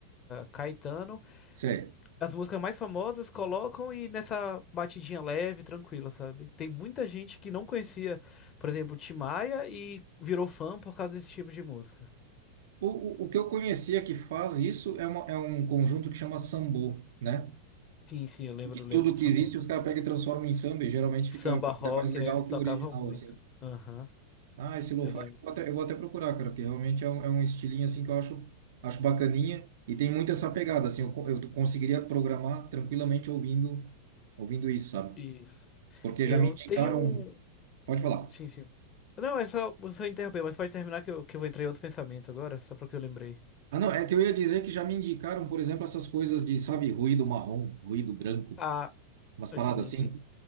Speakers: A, on the left (about 30°); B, on the right (about 55°).
A: Caetano,
B: sei.
A: As músicas mais famosas colocam e nessa batidinha leve, tranquila, sabe? Tem muita gente que não conhecia, por exemplo, Tim Maia e virou fã por causa desse tipo de música.
B: O, o, o que eu conhecia que faz isso é, uma, é um conjunto que chama sambô, né?
A: Sim, sim, eu lembro,
B: que
A: lembro
B: tudo
A: do samba.
B: que existe os caras pegam e transformam em samba e geralmente
A: Samba
B: fica
A: rock,
B: até mais legal
A: né? Eles
B: que
A: tocavam
B: o original,
A: muito.
B: assim.
A: Aham,
B: Ah, esse lo-fi
A: eu lembro.
B: eu vou até, eu vou até procurar, cara, porque realmente é um, é um estilinho assim que eu acho, acho bacaninha e tem muito essa pegada, assim, eu, co- eu conseguiria programar tranquilamente ouvindo, ouvindo isso, sabe?
A: Isso.
B: Porque
A: Eu
B: já me indicaram,
A: tenho um.
B: pode falar.
A: Sim, sim. Não, é só. Você interromper, mas pode terminar que eu, que eu vou entrar em outro pensamento agora, só porque eu lembrei.
B: Ah, não, é que eu ia dizer que já me indicaram, por exemplo, essas coisas de, sabe, ruído marrom, ruído branco,
A: Ah,
B: umas paradas
A: sim,
B: assim.
A: sim.